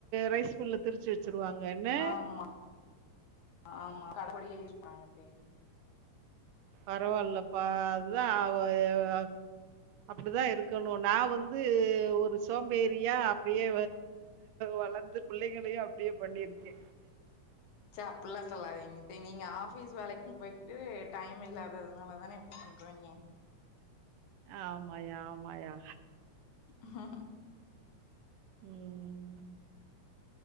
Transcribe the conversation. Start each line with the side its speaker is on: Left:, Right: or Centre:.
Right: ரைஸ் மில்ல திருச்சு வச் வெச்சுருவாங்கனெ
Left: ஆமா ஆமா கடபோடியே யூஸ்பண் <unintelligible>
Right: பரவால்லப்பா அத்தா <unintelligible> அப்டிதா இருக்கணு நா வந்து ஒரு சோம்பேரியா அப்டியே வளந்து பிள்ளைங்களையு அப்டியே பண்ணிருக்கே
Left: ச்ச அப்புல்லா சொல்லாதீங்க நீங்க ஆபிஸ் வேலைக்கும் போயிட்டு டைம் இல்லாததுனால தானே இப்டி பண்றீங்க
Right: ஆமாயா ஆமாயா
Left: ஆஹஹ <unintelligible>
Right: உம்